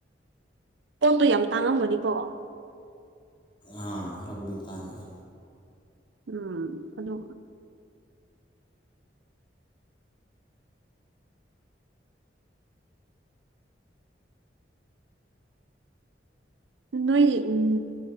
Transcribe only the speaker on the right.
ꯄꯣꯠꯇꯣ ꯌꯥꯝ ꯇꯥꯡꯉꯝꯕꯅꯤꯀꯣ
ꯎꯝ ꯑꯗꯨꯗ ꯅꯣꯏ ꯎꯝ